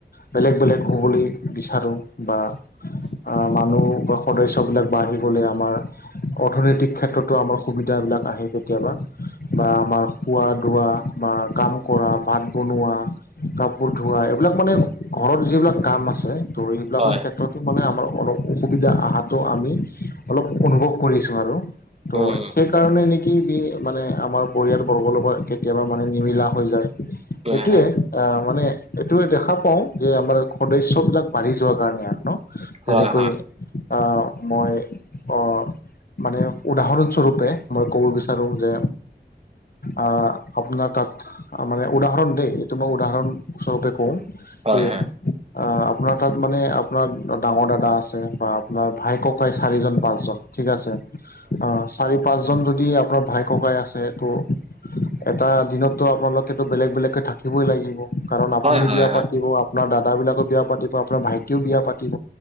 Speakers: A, on the left; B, on the right.
A: বেলেগ বেলেগ হ'বলৈ বিচাৰোঁ বা- আহ মানুহ বা সদস্য বিলাক বাঢ়িব গলে আমাৰ- অৰ্থনৈতিক ক্ষেত্ৰতো আমাৰ সুবিধাবিলাক আহে কে- তিয়াবা বা আমাৰ খোৱা দোৱা বা কাম কৰা ভাত বনোৱা- কাপোৰ ধোৱা এইবিলাক মানে ঘৰত যিবিলাক কাম আছে ত' এইবিলাকৰ
B: হয়
A: ক্ষেত্ৰত- মানে আমাৰ অলপ অসুবিধা আহাটো আমি অলপ অনুভৱ কৰিছোঁ আৰু। ত'
B: উম
A: সেইকাৰণে নিক- মানে আমাৰ পৰিয়ালবৰ্গৰ লগত কেতিয়াবা মানে নিমিলা হৈ যায় সেইটোৱে।
B: হয় হয়
A: অঁ মানে এইটোয়ে দেখা পাও যে আমাৰ সদস্য বিলাক বাঢ়ি যোৱাৰ কাৰণে আৰ ন।
B: হয়
A: যেনেকৈ, অঁ মই অঁ মানে উদাহৰণস্বৰূপে মই- ক'ব বিচাৰোঁ যে অঁ আপোনাৰ তাত। মানে উদাহৰণ দেই এইটো মই উদাহৰণস্বৰূপে কওঁ
B: হয়
A: যে,
B: হয়
A: অঁ আপোনাৰ তাত মানে আপোনাৰ ডাঙৰ দাদা আছে বা আপোনাৰ ভাই ককাই চাৰিজন পাঁচজন- ঠিক আছে অঁ চাৰি পাঁচজন যদি আপোনাৰ ভাই ককাই আছে তো- এটা দিনতো আপোনালোকেটো বেলেগ বেলেগকৈ থাকিবই লাগিব কাৰণ আপুনিয়ে
B: হয় হয় হয়
A: বিয়া
B: হয়
A: পাতিব- আপোনাৰ দাদাবিলাকো বিয়া পাতিব আপোনাৰ ভাইটিও বিয়া পাতিব